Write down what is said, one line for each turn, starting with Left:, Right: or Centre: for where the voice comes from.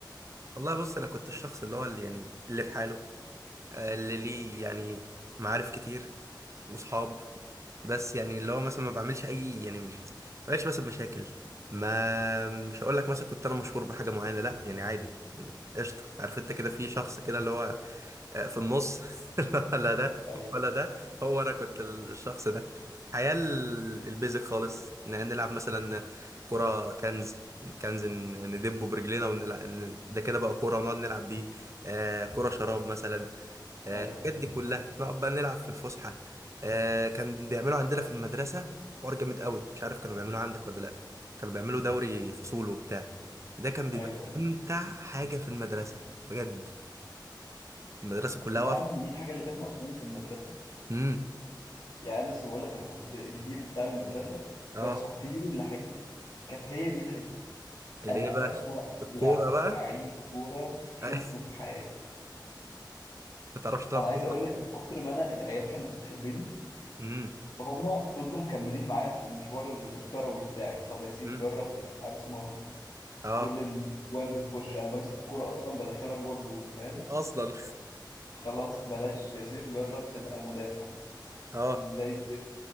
Right: والله بص أنا كنت الشخص اللي هو اللي يعني اللي في حاله آه، اللي ليه يعني معارف كتير وصحاب بس يعني اللي هو مثلا ما بعملش أي يعني ما بقاش مثلا مشاكل ما مش هقول لك مثلا كنت انا مشهور بحاجه معينه لا يعني عادي قشطه عارف انت كده في شخص كده اللي هو آه، في النص <laughs> ولا ده
Left: أيوه
Right: ولا ده هو انا كنت الشخص ده الحياة ال- البيزك خالص ن- نلعب مثلا كرة كنز كنز ن- ندبه برجلينا ونلعب ده كده بقى كرة ونقعد نلعب بيه آه كرة شراب مثلا آه
Left: أيوه
Right: الحاجات
Left: أيوه
Right: دي كلها نقعد بقى نلعب في الفسحة آه كان بيعملوا عندنا في المدرسة حوار جامد قوي مش عارف كانوا بيعملوه عندك ولا لا كانوا بيعملوا دوري فصول وبتاع ده كان بيبقى
Left: أيوه أيوه
Right: أمتع حاجة في المدرسة بجد المدرسة كلها
Left: أنت
Right: واقفة
Left: عارف إن دي الحاجة اللي كانت ناقصاني في المدرسة؟
Right: امم
Left: يعني لسه بقول لك أنا كنت الهيرو بتاع المدرسة
Right: اه
Left: بس كنت هيرو اللي حتة كانت هي دي الحتة
Right: الايه
Left: أنا
Right: بقى
Left: أسوأ
Right: الكوره بقى
Left: لعيب كورة شفته
Right: <laughs>
Left: في حياتي
Right: ما تعرفش تلعب
Left: انا
Right: كوره
Left: عايز اقول
Right: خالص
Left: لك من كتر ما انا العيال كانت بتحبني
Right: امم
Left: فهم فضلوا مكملين معايا في المشوار ال- الكروي بتاعي طب يا سيف
Right: امم
Left: جرب تبقى حارس مرمى
Right: اه
Left: كل الجوان بتخش انا بمسك الكرة اصلا بدخلها جوه الجون فاهم
Right: اصلا
Left: خلاص بلاش يا سيف جرب تبقى مدافع
Right: اه
Left: زي الزفت